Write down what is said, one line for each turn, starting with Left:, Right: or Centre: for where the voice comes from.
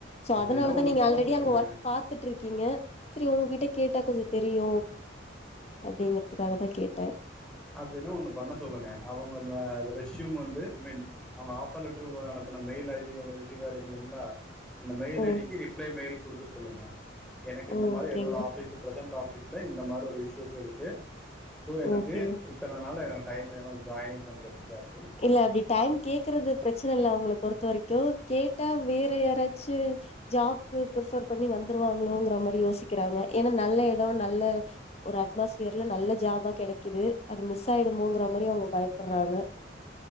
Left: சோ
Centre: அப்படின்னா
Left: அதனாலதா
Centre: ஒன்று
Left: நீங்க
Centre: பண்ண
Left: ஆல்ரெடி
Centre: சொல்லுங்க
Left: அங்க ஒர்க் பாத் துட்டு இருக்கீங்க சரி உங்க கிட்ட கேட்டா கொஞ்சோ தெரியு அப்டிங்கற்துக்காக தா கேட்டே
Centre: அப்டின்னா ஒண்ணு பண்ண சொல்லுங்க அவங்க ரெசியூம் வந்து மென் அவங்க ஆஃபர் லெட்டரு அனுப்பன மெயில் ஐ டி ஒட ரிசீவ் ஆயிருக்கு இல்லைங்களா அந்த மெயில்
Left: ஓ
Centre: ஐ டிக்கு ரிப்ளை மெயில் குடுக்க சொல்லுங்க எனக்கு
Left: ஓ
Centre: இந்த மாதிரி
Left: ஓகேங்க
Centre: என்னோட ஆபீஸ் பிரசன்ட் ஆபீஸ் இல்ல இந்த மாரி ஒரு இஷ்யூஸ் இருக்கு ஸோ எனக்கு
Left: ஓகேங்க
Centre: இத்தனை நாள் எனக்கு டைம் வேணு ஜாயினிங் பண்றதுக்கு அப்
Left: இல்ல அப்டி டைம் கேக்குறது பிரச்சனை இல்ல அவங்களை பொறுத்த வரைக்கு கேட்டா வேற யாராச்சு ஜாப்கு பிரஃபர் பண்ணி வந்துருவாங்களோங்கற மாரி யோசிக்கிறாங்க ஏன்னா நல்ல எடோ நல்ல ஒரு அட்மாஸ்பியர்ல நல்ல ஜாபா கிடைக்குது அது மிஸ் ஆயிடுமோங்கிற மாரி அவங்க பயப்படறாங்க